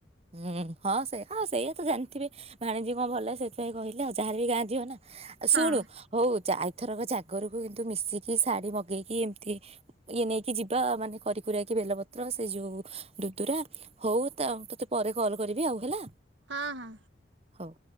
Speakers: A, on the right; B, on the right.
A: ହୁଁ ହଁ ସେ ହ ସେଇଆ ତ ଜାଣିଥିବେ ଭାଣିଜୀ କଣ ଭଲ ସେଥିପାଇଁ କହିଲେ ଆଉ ଯାହାର ବିି ଗାଁ ଝିଅ ନା। ଶୁଣୁ
B: ହଁ
A: ହୋଉ ଚା। ଏଥରକ ଜାଗରକୁ କିନ୍ତୁ ମିଶିକି ଶାଢ଼ୀ ମଗେଇକି ଏମିତି ଇଏ ନେଇକି ଯିବା ମାନେ କରିକକି ବେଲପତ୍ର ସେ ଯୋଉ ଦୁଦୁରା ହୋଉ ତତେ ପରେ କଲ୍ କରିବି ଆଉ ହେଲା।
B: ହଁ ହଁ।
A: ହୋଉ।